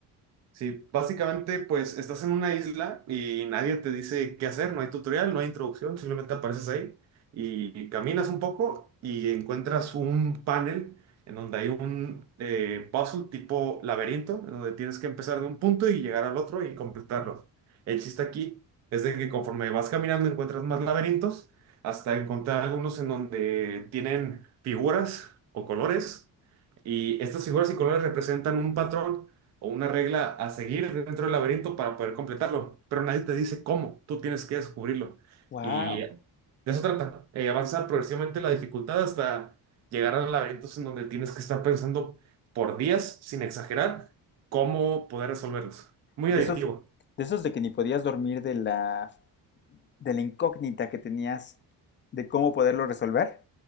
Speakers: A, on the right (about 45°); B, on the left (about 30°).
A: Sí, básicamente, pues estás en una isla y nadie te dice qué hacer, no hay tutorial, no hay introducción, simplemente apareces ahí y caminas un poco y encuentras un panel en donde hay un eh, puzzle tipo laberinto, en donde tienes que empezar de un punto y llegar al otro y completarlo. El chiste aquí es de que conforme vas caminando encuentras más laberintos hasta encontrar algunos en donde tienen figuras o colores. Y estas figuras y colores representan un patrón o una regla a seguir dentro del laberinto para poder completarlo, pero nadie te dice cómo, tú tienes que descubrirlo.
B: Wow.
A: Y de eso trata, eh, avanza progresivamente la dificultad hasta llegar a laberintos en donde tienes que estar pensando por días, sin exagerar, cómo poder resolverlos. Muy
B: De
A: adictivo.
B: esos, de esos de que ni podías dormir de la, de la incógnita que tenías de cómo poderlo resolver.